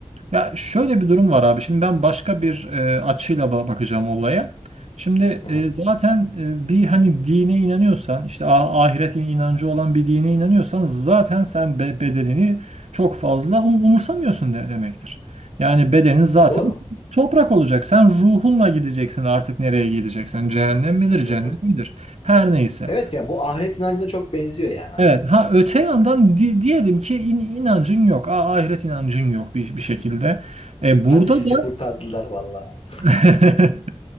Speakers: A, on the right; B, on the left.
A: Ya şöyle bir durum var abi. Şimdi ben başka bir e, açıyla ba- bakacağım olaya. Şimdi
B: Hı hı.
A: e, zaten e, bir hani dine inanıyorsan, işte a- ahiret inancı olan bir dine inanıyorsan zaten sen be- bedenini çok fazla um- umursamıyorsun de demektir. Yani bedenin zaten
B: Ya doğru.
A: toprak olacak. Sen ruhunla gideceksin artık nereye gideceksen. Cehennem midir,
B: Hı
A: cennet
B: hı.
A: midir? Her neyse.
B: Evet ya bu ahiret inancına çok benziyor yani açıkçası.
A: Evet. Ha öte yandan di- diyelim ki in- inancın yok. a- ahiret inancın yok bir, bir şekilde. E, burada
B: Hadi sizi
A: da
B: kurtardılar vallahi.
A: <laughs>